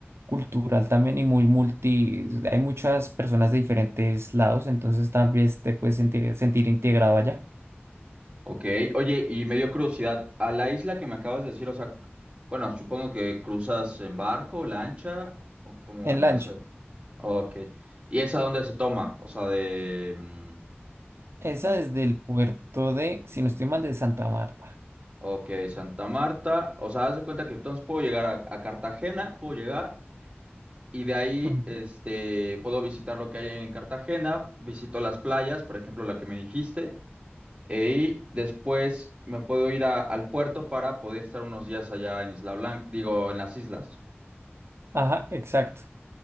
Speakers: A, on the right; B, on the right.
A: cultural también y muy multi, hay muchas personas de diferentes lados, entonces también te puedes sentir, sentir integrado allá,
B: Ok, oye, y me dio curiosidad, a la isla que me acabas de decir, o sea, bueno, supongo que cruzas en barco, lancha, o cómo
A: en
B: llegas
A: lancha.
B: ahí. Ok. ¿Y esa dónde se toma? O sea, de... mm,
A: Esa
B: de-
A: es del puerto de, si no estoy mal, de Santa Marta.
B: Ok, Santa Marta. O sea, haz de cuenta que entonces puedo llegar a, a Cartagena, puedo llegar y de ahí
A: Ujú.
B: este, puedo visitar lo que hay en Cartagena, visito las playas, por ejemplo, la que me dijiste, e- y después me puedo ir a- al puerto para poder estar unos días allá en Isla Blanca, digo, en las islas.
A: Ajá, exacto.